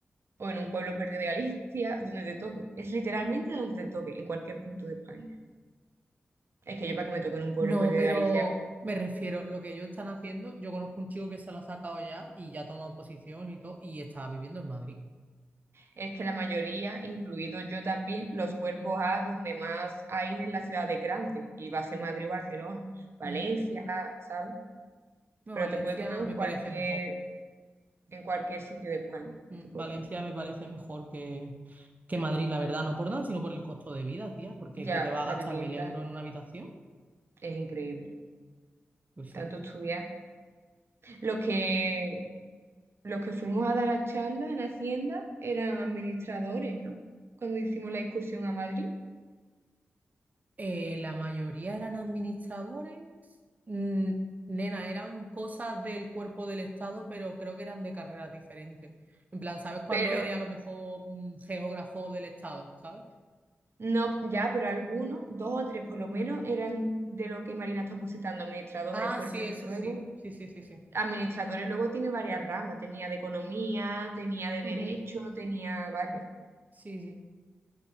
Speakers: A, on the right; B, on the right.
A: O en un pueblo perdido de Galicia, donde te toque. Es literalmente donde te toque, en cualquier punto de España. Es que yo para que me toque en un pueblo
B: No,
A: perdido
B: pero
A: de Galicia
B: me refiero, lo que ellos están haciendo, yo conozco un chico que se lo ha sacado ya y ya ha tomado posición y todo, y está viviendo en Madrid.
A: es que la mayoría, incluido yo también, los cuerpos
B: Mm,
A: A donde más hay es en las ciudades grandes, y va a ser
B: mm,
A: Madrid o Barcelona, Valencia,
B: mm.
A: ¿sabes?
B: No,
A: Pero
B: Valencia
A: te puede tocar en
B: me
A: cualquier,
B: parece mejor.
A: en cualquier sitio de España,
B: Mm,
A: te puede
B: Valencia
A: tocar.
B: me parece mejor que, que Madrid, la verdad, no por nada, sino por el costo de vida, tía, porque
A: Ya,
B: que te va a
A: la
B: gastar
A: vivienda
B: mil euros en una habitación,
A: es increíble,
B: pues
A: tanto
B: sí.
A: estudiar. Los que, los que fuimos a dar la charla en Hacienda eran administradores, ¿no? Cuando hicimos la excursión a Madrid.
B: Eh, la mayoría eran administradores. Mm, nena, eran cosas del cuerpo del Estado, pero creo que eran de carreras diferentes. En plan, ¿sabes cuando
A: Pero
B: eres a lo mejor mm, geógrafo del Estado? ¿Sabes?
A: No, ya, pero algunos, dos o tres por lo menos, eran de lo que Marina está positando, administradores,
B: Ah,
A: porque
B: sí, eso
A: luego,
B: sí. Sí, sí, sí, sí.
A: administradores luego tiene varias ramas, tenía de economía, tenía de
B: Ujú.
A: derecho, tenía varias,
B: Sí, sí.